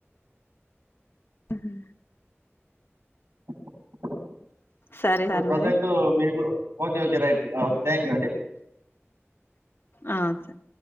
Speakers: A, on the left; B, on the right.
A: మ్మ్ హ్మ్
B: <unintelligible>
A: సరే
B: ఇప్పుడు
A: సార్
B: ప్రజెంట్
A: మరి.
B: మీళ్ళు ఓకే ఓకే రైట్ ఆ థ్యాంక్ యూ అండి
A: ఆ సర్